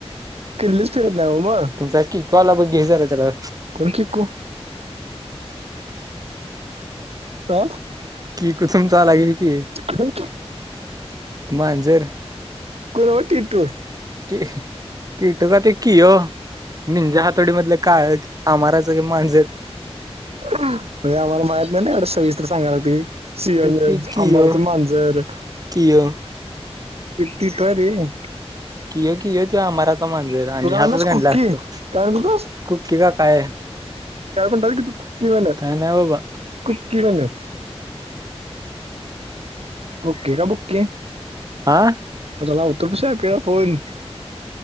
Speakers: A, on the right; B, on the right.
A: किल्लीच फिरत नाही ओ मग.
B: तुमचा की कॉल बघ घेय झाला त्याला.
A: कोण किकू? आ
B: की कुसुम चालागेल की,
A: कोण
B: मांजर.
A: टिकूरवर टिटूर <unintelligible>
B: की कीटक तो किओ निजा हातोडी मधलं काळ आमाराचं ग मांजर.
A: म्ह आम्हाला माहीत नाही ना एवढं सविस्तर सांगायला लागतंय. सएल
B: तेच की कियो
A: अमृत मांजर.
B: कियो
A: किती तर रे.
B: किय किय तो आम्हारा का मांजर. आणि
A: काय
B: असंच
A: म्हणलास कुक्की
B: गंडल असतो
A: काय म्हणत होतास
B: कुक्की का काय?
A: काय म्हणतात कि कुकी म्हण
B: काय नाही बाबा
A: कुकी म्हण ओके का बुके?
B: आ.
A: आत्ता लावतो बग <unintelligible> फोन